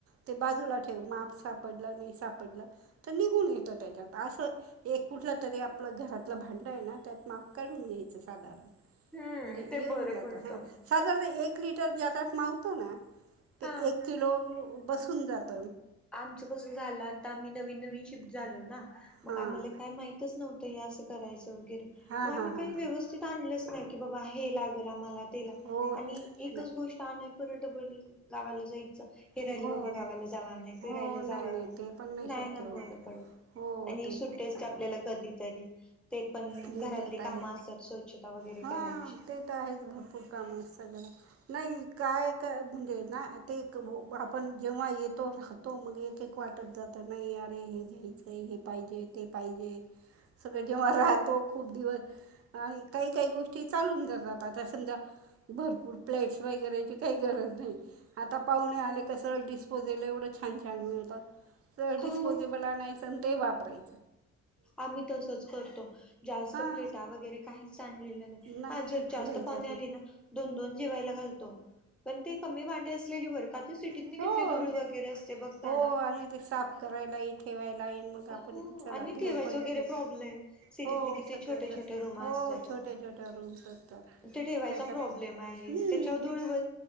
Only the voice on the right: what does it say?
ते बाजूला ठेव माप सापडलं नाही सापडलं, त निघून येत त्याच्यात आसं एक् कुठलं तरी आपलं घरातलं भांडं आहे ना त्यात माप काढून घ्यायचं साधारण.
नजे
येऊन
जातं
हां, साधारण एक लिटर ज्यातत मावतं ना ते
एक किलो बसून जात.
हां
हां
हां हां
हो
नाही
हो
हो
हो
नाही
नाही
ते पण
शक्य
होत
हो
ते
मी
तेेत आहे,
हां
ते त आहेच भरपूर कामं असतं जरा. नाही, काय क म्हणजे ना ते एक वो आपण जेव्हा येतो, राहतो, मग एकेक वाटत जातं ना ये अरे हे घ्यायचं आहे. हे पाहिजे, ते पाहिजे, सगळे जेव्हा राह तो खूप दिवस, आणि काही काही गोष्टी चालून जातात. आता समजा भरपूर प्ले स् वगैरे ची काही गरज नाही, आता पाहुणे आले का सळं डिस्पोजेल एवढं छान छान मिळतात.
डिस्पोजेबल आनायचं आण् ते वापराय
हां
नाही
घ्यायच्याच
हो
हो आणि ते साफ करायलाही, ठेवायलाही. मग आपण
चला
घर
पण
हो
सगळंच
असतं
हो
छोट्या छोट्या रूम्स असतात
त्याच्या
हम्म